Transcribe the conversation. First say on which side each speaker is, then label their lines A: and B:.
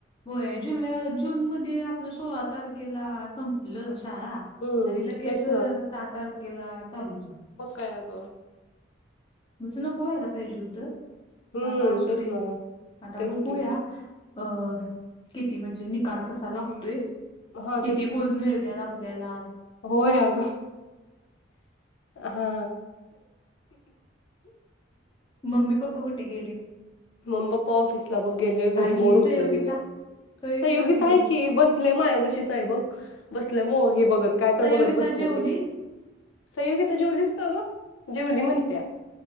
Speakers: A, on the left; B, on the left.
A: हो जुल जून मध्ये आपलं सोळा तारखेला संपलं शाळा
B: हम्म
A: आणि लगेच
B: तेच
A: सात तारखेला चालू जा
B: प काय ग
A: बस नको यायला पाहिजे होत पण
B: हम्म
A: आता असू
B: तेच
A: दे
B: ना
A: आता
B: तेच
A: बघूया
B: की
A: अ किती म्हणजे निकाल कसा लागतोय
B: हा
A: किती गोल मिळतेला आपल्याला
B: हो ग हा
A: मम्मी पप्पा गुठे गेले
B: मम्मीप्पा ऑफिसला बघ गेले
A: आणि
B: घरी बोर होतेले
A: सहयोगिता सहयोगिता
B: संयोगीित
A: कुठे
B: आहे
A: गेली
B: की बसल्या मायवशी सा आहे बघ बसले म हे बघत काय
A: सहयोगिता
B: बघत बसल
A: जेवली
B: सयोगीता जेवलीचत ग जेवली म्हणत्या